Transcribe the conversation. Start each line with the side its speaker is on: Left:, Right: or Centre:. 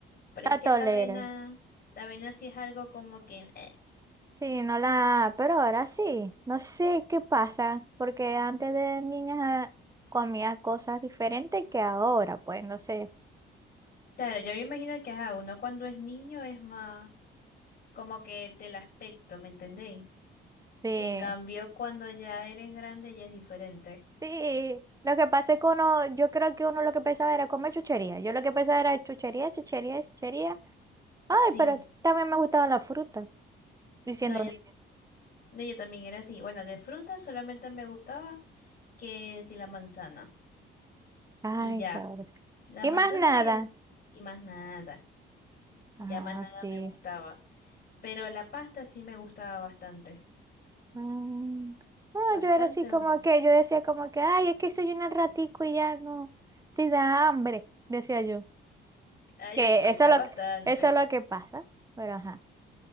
Left: pero
Right: la
Left: es que
Right: tolero.
Left: la avena, la avena sí es algo como que... eh.
Right: Sí, no la, pero ahora sí, no sé qué pasa, porque antes de niña comía cosas diferentes que ahora, pues no sé.
Left: Claro, yo me imagino que ajá, uno cuando es niño es más como que del aspecto, ¿me entendéis?
Right: Sí.
Left: En cambio, cuando ya eres grande ya es diferente.
Right: Sí, lo que pasa es que uno, yo creo que uno lo que pensaba era comer chuchería. Yo lo que pensaba era chuchería, chuchería, chuchería. Ay,
Left: Sí,
Right: pero también me gustaban las frutas, diciendo
Left: no, yo,
Right: niña.
Left: no, yo también era así. Bueno, de fruta solamente me gustaba que si la manzana.
Right: Ay,
Left: Y ya,
Right: sabes.
Left: la
Right: Y
Left: manzana
Right: más nada.
Left: y, el- y más nada. Ya
Right: Ah,
Left: más nada
Right: sí.
Left: me gustaba. Pero la pasta sí me gustaba bastante.
Right: Mm. No,
Left: Bastante.
Right: yo era así como
Left: bas-
Right: que, yo decía como que, ay, es que soy un ratico y ya no, te da hambre, decía yo.
Left: Ah, yo
Right: Que
Left: sí comía
Right: eso es lo
Left: bastante.
Right: que, eso es lo que pasa, pero ajá.